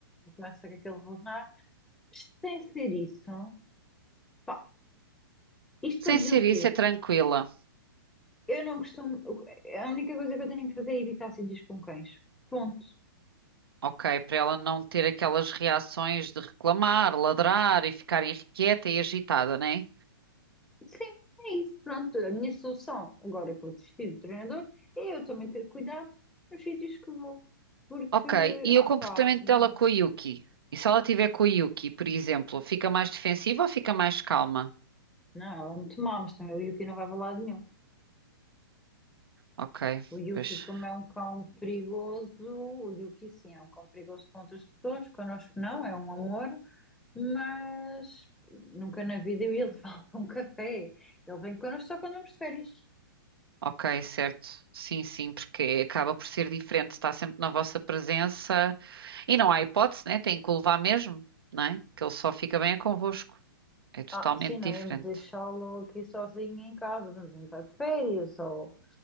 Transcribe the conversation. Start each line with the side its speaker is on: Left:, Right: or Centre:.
Centre: começa com aquele rosnar Sem ser isso, pá, isto
Right: Sem
Centre: para dizer
Right: ser
Centre: o quê?
Right: isso, é tranquila.
Centre: Eu não costumo. A única coisa que eu tenho de fazer é evitar acidez com cães. Ponto.
Right: Ok, para ela não ter aquelas reações de reclamar, ladrar e ficar irrequieta e agitada, né?
Centre: Sim, é isso. Pronto, a minha solução, agora que eu desisti do treinador, é eu também ter cuidado nos sítios que vou. Porque,
Right: Ok, e o
Centre: opá,
Right: comportamento
Centre: não.
Right: dela com a Yuki? E se ela tiver com a Yuki, por exemplo, fica mais defensiva ou fica mais calma?
Centre: Não, ela é muito má, mas também o Yuki não vai para lado nenhum.
Right: Ok,
Centre: O Yuki,
Right: pois.
Centre: como é um cão perigoso, o Yuki sim, é um cão perigoso com outras pessoas, connosco não, é um amor. mas nunca na vida eu ia levá-lo para <laughs> um café. Ele vem connosco só quando vamos de férias.
Right: Ok, certo. Sim, sim, porque acaba por ser diferente, está sempre na vossa presença e não há hipótese, né? Tem que o levar mesmo, não é? Que ele só fica bem é convosco. É totalmente
Centre: Ah, sim, não
Right: diferente.
Centre: íamos deixá-lo aqui sozinho em casa, quando a gente vai de férias, ou,